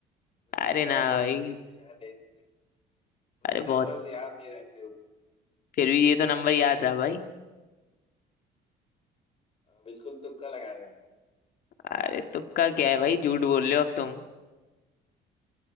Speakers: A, on the left; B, on the left.
A: मुझे
B: अरे
A: नॉलेज
B: ना भाई
A: वैसे कुछ है नहीं मुझे मुझे
B: अरे बहुत
A: नंबर्स याद नहीं रहते उतने।
B: फिर भी ये तो नंबर याद रहा भाई
A: हाँ, बिल्कुल तुक्का लगाया मैंने
B: अरे तुक्का क्या है भाई झूठ बोल रहे हो अब तुम